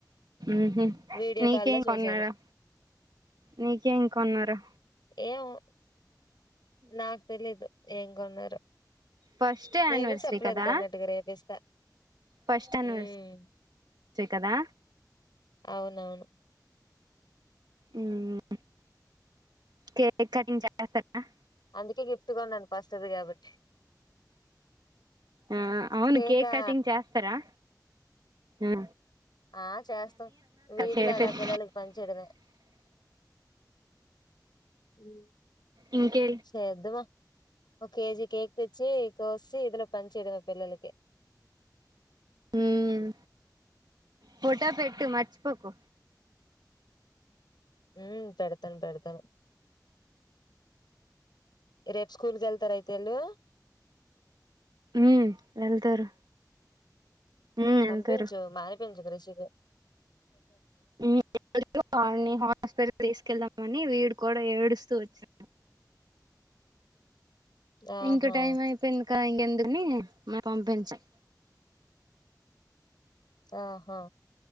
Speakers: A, on the right (about 75°); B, on the left (about 80°).
A: ఉహు
B: వీడియో
A: నీకేం
B: కాల్ లో చూశాను
A: కొన్నారు నీకేం కొన్నరు
B: ఏమో నాక్ తెలీదు ఏం కొన్నారో
A: ఫస్ట్ యానివర్సరీ
B: నేను చెప్పలేదు
A: కదా
B: కొన్నిటికి రేపు ఇస్తా
A: ఫస్ట్ యానివర్సరీ
B: హ్మ్
A: కదా
B: అవునువును
A: హ్మ్ కేక్ కటింగ్ <unintelligible>
B: అందుకే గిఫ్ట్ కొన్నాను ఫస్ట్ ది కాబట్టి
A: ఆ అవును
B: కేకా
A: కేక్ కటింగ్ చేస్తారా అ
B: ఆ చేస్తాం వీధిలో
A: చేపిస్
B: అలా పిల్లలకి పంచేేయడమే హ్మ్
A: ఇంకే
B: చెదమా ఒక కేజీ కేక్ తెచ్చి కోసి విదిలో పంచేయడమే పిల్లలకి
A: హ్మ్ ఫోటో పెట్టు మర్చిపోకు
B: హ్మ్ పెడతాను పెడతాను రేపు స్కూల్ కు వెళ్తార అయితే వీళ్ళు
A: హ్మ్ వెళ్తారు ఉమ్ వెళ్తారు
B: పంపించు మానిపించకు రుషీక
A: హ్మ్ <unintelligible> వాని హాస్పిటల్ తీసుకెళ్దామ అని వీడు కూడా ఏడుస్తూ వచ్చా
B: ఆహా
A: ఇంక టైం అయిపోయిందిక ఇక ఎందుని పంపించాం
B: ఆహా